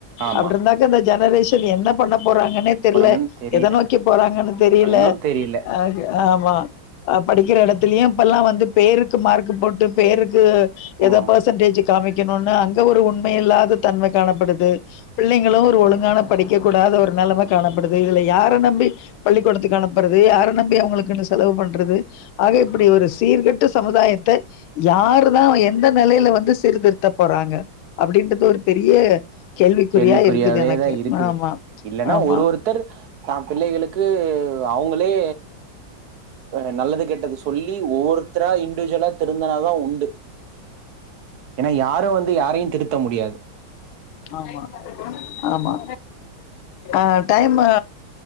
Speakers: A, on the right (about 60°); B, on the left (about 90°).
A: ஆமா
B: அப்டி இருந்தா க்க அந்த ஜெனரேஷன் என்ன பண்ண போறாங்கன்னே தெரில
A: அப்றங்கன்னு தெரியல
B: எத நோக்கி போறாங்கன்னு தெரில
A: இன்னு தெரியல
B: அ ஆமா அ படிக்கிற எடத்துலயு இப்பல்லா வந்து பேருக்கு மார்க் போட்டு பேருக்கு எதா
A: ம்
B: பெர்சன்டேஜ் காமிக்கணுனு அங்க ஒரு உண்மையில்லாத தன்மை காணப்படு து பிள்ளைங்களு ஒரு ஒழுங்கான படிக்க கூடாத ஒரு நெலைம காணப்படுது இதுல யார நம்பி பள்ளிக்கூடத்துக்கு அனுப்புறது யார நம்பி அவங்களுக்கு என்ன செலவு பண்றது அது இப்டி ஒரு சீர்கெட்ட சமுதாயத்த யாருதா எந்த நெலையில வந்து சீர்திருத்த போறாங்க அப்டின்றது ஒரு பெரிய கேள்விக்குறியா
A: கேள்விக்குறியாவேதா
B: இருக்குது எனக்கு
A: இருக்குது
B: ஆமா
A: இல்லன்னா
B: ஆமா
A: ஒரு ஒருத்தர் தா பிள்ளைகளுக்கு அவங்களே ஒரு நல்லது கேட்டது சொல்லி ஒவ்வொருத்தரா இண்டிவிஜுவலா திருந்துனாதா உண் டு ஏன்னா யாரு வந்து யாரையு திருத்த முடியாது
B: ஆமா ஆமா ஆ டைம்மு